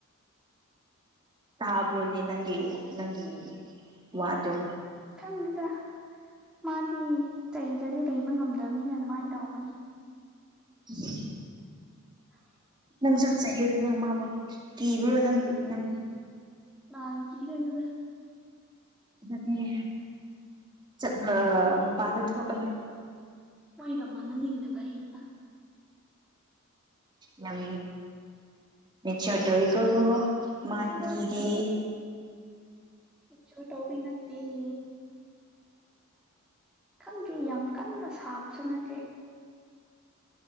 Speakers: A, on the right (about 20°); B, in the centre.
A: ꯇꯕ꯭ꯔꯣꯅꯦ ꯅꯪꯒꯤ ꯅꯪꯒꯤ ꯋꯥꯇꯣ
B: ꯈꯪꯒꯗ꯭ꯔꯥ ꯃꯥꯗꯤ ꯆꯩꯗ꯭ꯔꯗꯤ ꯂꯩꯕ ꯉꯝꯗꯕꯅꯤꯅ ꯑꯗꯨꯃꯥꯏꯅ ꯇꯧꯕꯅꯦ
A: ꯎ
B: ꯍ
A: ꯄꯪ ꯆꯠꯆꯈꯤꯕ ꯑꯗꯨꯅ ꯑꯃꯕꯨꯣ ꯀꯤꯕ꯭ꯔꯣ ꯅꯪ ꯅꯪ
B: ꯅꯥꯟ ꯀꯤꯗ ꯑꯣꯏꯅꯗꯦ
A: ꯑꯗꯨꯗꯒꯤ ꯆꯠꯂ ꯄꯥꯗ ꯊꯣꯛꯑꯅ
B: ꯃꯣꯏꯒ ꯃꯥꯟꯅꯅꯤꯡꯗꯕ ꯑꯩꯅ
A: ꯌꯥꯝ ꯃꯦꯆꯇ ꯑꯣꯏꯔꯤ ꯀꯉꯣ
B: ꯅꯠꯇꯦꯗ
A: ꯃꯥꯠꯅꯤꯔꯤ
B: ꯆꯣ ꯇꯣꯕꯤ ꯅꯠꯇꯗꯤ ꯈꯪꯗꯦ ꯌꯥꯝ ꯀꯟꯅ ꯁꯥꯕꯁꯨ ꯅꯠꯇꯦ